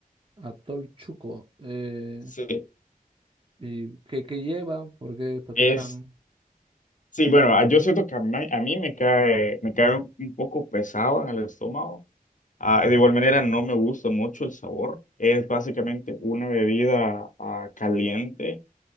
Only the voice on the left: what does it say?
Sí,
es,
sí, bueno, ah, yo siento que a mí, a mí me cae, me cae un, un poco pesado en el estómago. Ah, de igual manera no me gusta mucho el sabor. Es básicamente una bebida ah, caliente